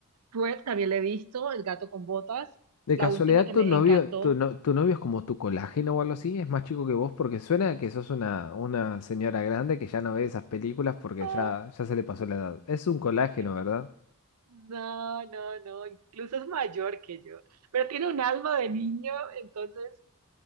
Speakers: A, on the right; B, on the left.
A: Shrek también le he visto, El gato con botas,
B: De
A: la
B: casualidad,
A: última que
B: tu
A: me
B: novio,
A: encantó.
B: tu, no- tu novio es como tu colágeno o algo así, es más chico que vos porque suena que sos una, una señora grande que ya no ve esas películas porque
A: Ah,
B: ya, ya se le pasó la edad. Es un colágeno,
A: qué-
B: ¿verdad?
A: no, no, no, incluso es mayor que yo, pero tiene un alma de niño, entonces